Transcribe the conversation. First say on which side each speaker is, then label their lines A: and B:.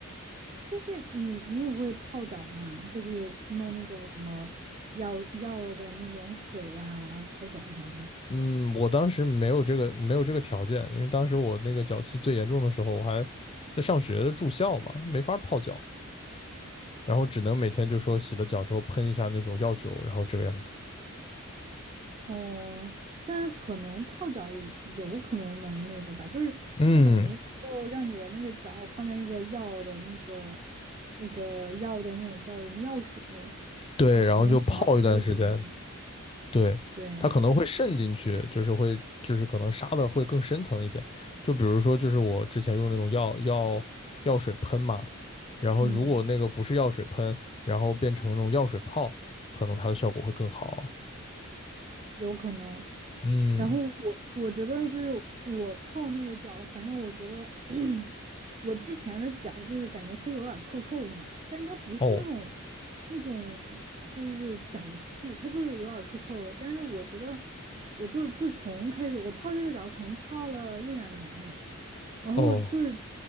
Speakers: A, on the right (about 30°); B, on the left (about 25°).
A: 但是你你也会泡脚吗？就是弄那个什么药药的那种水啊，然后泡脚啥的。
B: 嗯，我当时没有这个没有这个条件，因为当时我那个脚气最严重的时候，我还在上学的住校嘛，没法泡脚。然后只能每天就说洗了脚之后喷一下那种药酒，然后这个样子。
A: 哦，但是可能泡脚也有可能能那个吧，就是它等于哦让你的那个脚放在那个药的那个
B: 嗯，
A: 那个药的那种叫什么药水，
B: 对，
A: 你可能脚能够怎么
B: 然后就泡一段时间，对，
A: 对，
B: 它可能会渗进去，就是会就是可能杀的会更深层一点。就比如说，就是我之前用那种药药药水喷嘛，然后如果那个不是药水喷，
A: 嗯。
B: 然后变成那种药水泡，可能它的效果会更好。
A: 有可能。
B: 嗯，
A: 然后我我觉得就是我泡那个脚，反正我觉得 <clears throat> 我之前的脚就是感觉会有点儿臭臭的嘛，但是它不是那种
B: 哦
A: 那种就是脚气，它就是有点儿臭臭的。但是我觉得我就是自从开始我泡这个脚，可能泡了一两年吧。然后就是
B: 哦，